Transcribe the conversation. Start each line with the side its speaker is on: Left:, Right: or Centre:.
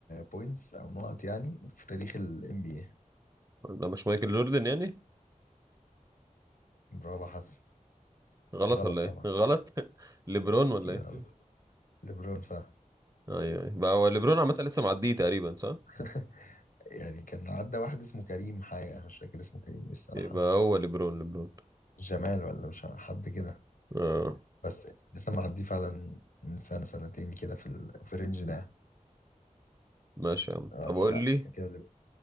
Left: بوينتس او نقط يعني في تاريخ ال NBA
Right: ده مش مايكل جوردن يعني
Left: برافو حسن
Right: غلط
Left: غلط
Right: ولا ايه
Left: طبعا
Right: غلط <laughs> ليبرون ولا
Left: كده
Right: ايه
Left: غلط ليبرون فا
Right: ايوه ايوه بقى هو ليبرون عامه لسه معديه تقريبا صح
Left: <laughs> يعني كان عدى واحد اسمه كريم حاجة مش فاكر اسمه كريم ايه الصراحة
Right: يبقى هو ليبرون ليبرون
Left: جمال ولا مش عارف، حد كده
Right: اه
Left: بس يعني لسه معديه فعلا من سنة سنتين كده في ال... في الرينج ده
Right: ماشي يا عم
Left: آه،
Right: طب
Left: بس
Right: قول
Left: لا
Right: لي
Left: كده ليب-